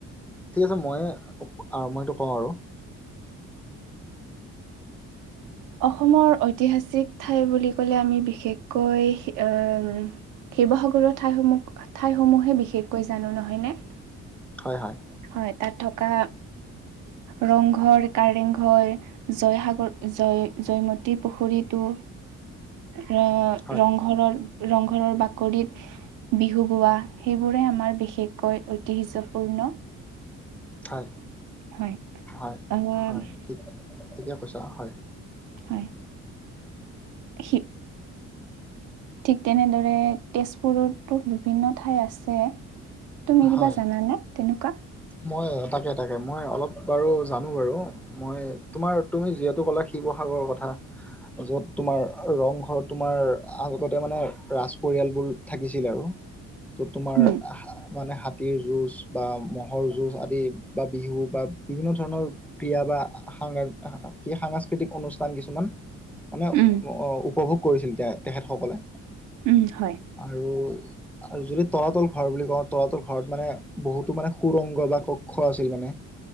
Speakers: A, in the centre; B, on the right.
A: ঠিক আছে মইয়ে আ মই সেইটো কওঁ আৰু।
B: অসমৰ ঐতিহাসিক ঠাই বুলি ক'লে আমি বিশেষকৈ এম শিৱসাগৰৰ ঠাইসমহ ঠাইসমূহে বিশেষকৈ জানো, নহয় নে?
A: হয় হয়।
B: হয় তাত থকা ৰংঘৰ, কাৰেংঘৰ জয়সাগৰ জয় জয়মতী পুখুৰীটো ৰ
A: হয়
B: ৰংঘৰৰ ৰংঘৰৰ বাকৰিত বিহু গোৱা সেইবোৰে আমাৰ বিশেষকৈ ঐতিহ্যপূৰ্ণ।
A: হয়
B: হয়।
A: হয়
B: আহ
A: হয়। ঠিকে কৈছ হয়।
B: হয়। সি ঠিক তেনেদৰে তেজ পুৰতো বিভিন্ন ঠাই আছে তুমি কিবা
A: হয়
B: জানানে তেনেকুৱা?
A: মই তাকে তাকে মই অলপ বাৰু জানো বাৰু। মই তোমাৰ তুমি যিহেতু ক'লা শিৱসাগৰ কথা য'ত তোমাৰ ৰংঘৰত তোমাৰ আগতে মানে ৰাজ পৰিয়ালবোৰ থাকিছিল আৰু।
B: <inaudible>
A: য'ত তোমাৰ
B: উম
A: আ হা মানে হাতীৰ যুজ বা মহ মহৰ যুঁজ আদি বা বিহু বা বিভিন্ন ধৰণৰ ক্ৰিয়া বা সা কি সাংস্কৃতিক অনুষ্ঠান কিছুমান মানে অঁ
B: উম
A: উপভোগ কৰিছিল তে তেখেতসকলে,
B: উম হয়
A: আৰু আৰু যদি তলাতল ঘৰ বুলি কওঁ তলাতল ঘৰত মানে বহুতো মানে সুৰংগ বা কক্ষ আছিল মানে